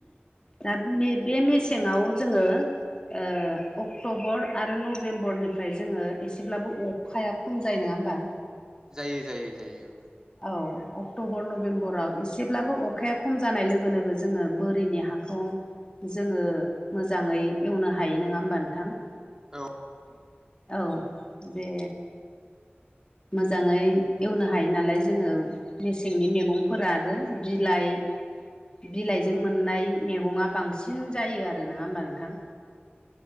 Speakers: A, on the left; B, on the right.
A: दा बे मेसेङाव जोङो ओ अक्ट'बर आरो नभेम्बरनिफ्राय जोङो एसेब्लाबो अखाया खम जायो नङा होमबा?
B: जायो जायो जायो औ
A: औ अक्ट'बर नभेम्बराव एसेब्लाबो अखाया खम जानाय लोगो लोगो जोङो बोरिनि हाखौ जोङो मोजाङै एवनो हायो नङा होमबा नोंथां?
B: औ
A: औ बे मोजाङै एवनो हायो नालाय जोङो मेसेंनि मैगंफोर आरो बिलाइ बिलाइजों मोननाय मैगङा बांसिन जायो आरो नङा होमबा नोंथां?